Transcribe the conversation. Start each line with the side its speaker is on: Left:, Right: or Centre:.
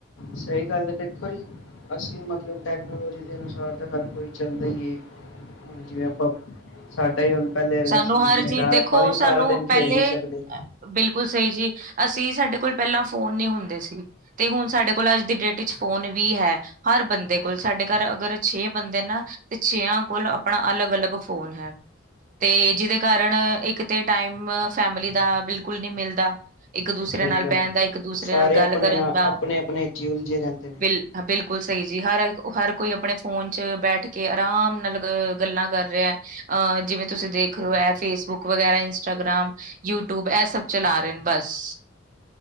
Left: ਸਈ ਗੱਲ ਐ। ਦੇਖੋ ਜੀ ਅਸੀਂ ਮਤਲਬ ਟੈਕਨੋਲੋਜੀ ਦੇ ਅਨੁਸਾਰ ਤਾਂ ਹਰ ਕੋਈ ਚੱਲਦਾ ਈ ਏ, ਹਾਂਜੀ ਆਪਾਂ ਸਾਡਾ ਈ ਹੁਣ ਪੈਲੇ ਅਰਗਾ
Right: ਸਾਨੂੰ
Left: ਸਰੀਰ
Right: ਹਰ
Left: ਨੀਂ ਹੈਗਾ,
Right: ਚੀਜ਼ ਦੇਖੋ
Left: ਆਪਾਂ ਵੀ
Right: ਸਾਨੂੰ
Left: ਸਾਰਾ ਦਿਨ
Right: ਪਹਿਲੇ
Left: ਖੇਡ ਨੀਂ ਸਕਦੇ।
Right: ਬਿਲਕੁਲ ਸਈ ਜੀ, ਅਸੀਂ ਸਾਡੇ ਕੋਲ ਪੈਲਾਂ ਫੋਨ ਨੀਂ ਹੁੰਦੇ ਸੀ। ਤੇ ਹੁਣ ਸਾਡੇ ਕੋਲ ਅੱਜ ਦੀ ਡੇਟ ਇੱਚ ਫੋਨ ਵੀ ਹੈ। ਹਰ ਬੰਦੇ ਕੋਲ, ਸਾਡੇ ਘਰ ਅਗਰ ਛੇ ਬੰਦੇ ਨਾਂ ਤੇ ਛੇਆਂ ਕੋਲ ਆਪਣਾ ਅਲੱਗ-ਅਲੱਗ ਫੋਨ ਹੈ। ਤੇ ਜਿਦੇ ਕਾਰਨ ਇੱਕ ਤੇ ਟਾਈਮ ਫੈਮਲੀ ਦਾ ਬਿਲਕੁਲ ਨ੍ਹੀਂ ਮਿਲਦਾ ਇੱਕ-ਦੂਸਰੇ
Left: ਸਹੀ
Right: ਨਾਲ ਬਹਿਣ
Left: ਗੱਲ ਹੈ
Right: ਦਾ, ਇੱਕ-ਦੂਸਰੇ
Left: ਸਾਰੇ
Right: ਨਾਲ ਗੱਲ
Left: ਆਪਣੇ
Right: ਕਰਨ
Left: ਨਾਲ
Right: ਦਾ।
Left: ਆਪਣੇ ਆਪਣੇ ਚ ਹੀ ਉਲਝੇ ਰਹਿੰਦੇ ਨੇ
Right: ਬਿਲ ਬਿਲਕੁਲ ਸਈ ਜੀ, ਹਰ, ਹਰ ਕੋਈ ਆਪਣੇ ਫੋਨ ਚ ਬੈਠ ਕੇ ਆਰਾਮ ਨਾਲ ਅ ਗੱਲਾਂ ਕਰ ਰਿਆ। ਅ ਜਿਵੇਂ ਤੁਸੀਂ ਦੇਖ ਰਹੇ ਹੋ ਐ ਫੇਸਬੁੱਕ ਵਗੈਰਾ ਇੰਸਟਾਗ੍ਰਾਮ ਯੂਟਿਊਬ ਏ ਸਭ ਚਲਾ ਰਏ ਨੇ ਬਸ।